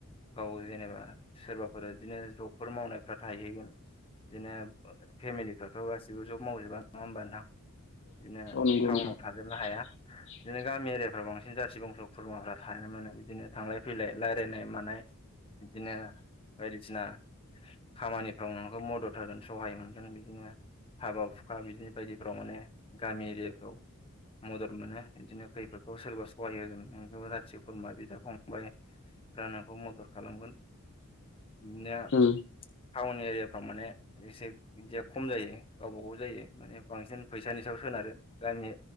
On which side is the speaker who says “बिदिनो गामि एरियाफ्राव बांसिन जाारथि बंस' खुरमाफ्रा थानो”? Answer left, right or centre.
Left